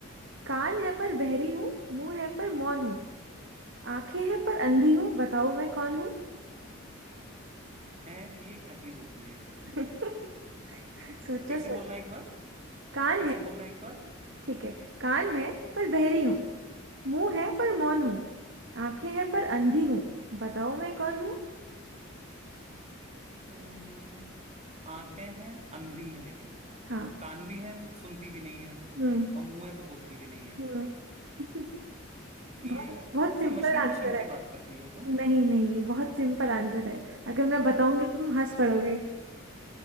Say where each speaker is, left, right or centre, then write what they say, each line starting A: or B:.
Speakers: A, on the right; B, on the right.
A: कान है पर बहरी हूँ मुंह है पर मौन हूँ आंखें हैं पर अंधी हूँ बताओ मैं कौन हूँ
B: हैं ये क्या चीज होती है
A: <laughs> सोचो
B: फिर से
A: सोचो
B: बोलना एक बार
A: कान
B: फिर से
A: है
B: बोलना एक बार
A: ठीक है कान है पर बहरी हूँ मुंह है पर मौन हूँ आंखें हैं पर अंधी हूँ बताओ मैं कौन हूँ
B: हम्म, आंखें हैं अंधी है लेकिन
A: हाँ
B: कान भी है सुनती भी नहीं है वो
A: हम्म
B: और मुंह है तो बोलती भी नहीं है
A: हम्म <laughs>
B: ये
A: बहुत बहुत
B: कोई
A: सिंपल
B: मशीन
A: आंसर
B: वशीन की
A: है
B: बात कर रही हो तुम
A: नहीं नहीं बहुत सिंपल आंसर है अगर मैं बताऊंगी तो तुम हंस पड़ोगे